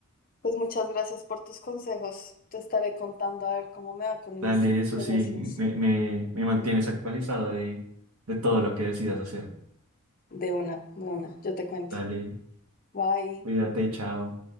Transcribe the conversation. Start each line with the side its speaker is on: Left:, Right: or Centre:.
Left: pues muchas gracias por tus consejos. Te estaré contando a ver cómo me va con mis
Right: dale eso,
Left: negocios.
Right: sí, me, me, me mantienes actualizado de, de todo lo que decidas hacer.
Left: De una, de una, yo te cuento.
Right: Dale,
Left: Bye.
Right: cuídate, chao.